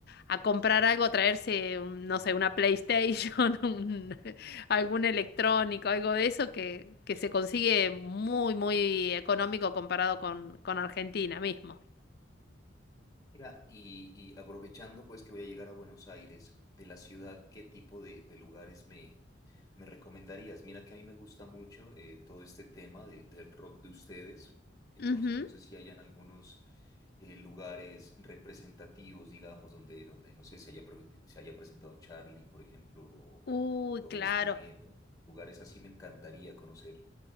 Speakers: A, on the left (about 55°); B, on the left (about 20°).
A: a comprar algo, a traerse, un- no sé, una PlayStation, <laughs> un- algún electrónico, algo de eso que, que se consigue muy, muy económico comparado con, con Argentina mismo.
B: Mira, y, y aprovechando pues que voy a llegar a Buenos Aires, de la ciudad, ¿qué tipo de, de lugares me, me recomendarías? Mira que a mí me gusta mucho eh, todo este tema de- del rock de ustedes, entonces
A: Ujú.
B: no sé si hayan algunos eh, lugares representativos, digamos, donde, donde no sé, se haya, pre- se haya presentado Charlie, por ejemplo, o,
A: Uy,
B: o
A: claro.
B: Spinetta, lugares así me encantaría conocer.